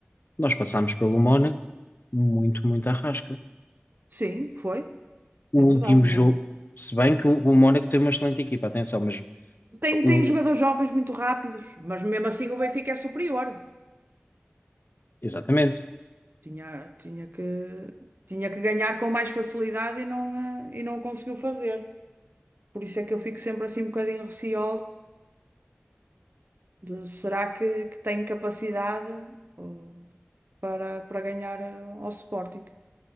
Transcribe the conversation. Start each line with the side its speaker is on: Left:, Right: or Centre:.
Left: nós passámos pelo Mónaco muito, muito à rasca.
Right: Sim, foi.
Left: O
Right: É
Left: último
Right: verdade.
Left: jogo,
Right: Não.
Left: se bem que o, o Mónaco tem uma excelente equipa, atenção, mas
Right: Tem,
Left: o,
Right: tem jogadores jovens muito rápidos, mas mesmo assim o Benfica é superior.
Left: exatamente.
Right: Tinha, tinha que, tinha que ganhar com mais facilidade e não, eh, e não o conseguiu fazer. Por isso é que eu fico sempre assim um bocadinho receosa de será que, que tem capacidade oh, para, para ganhar eh, ao Sporting?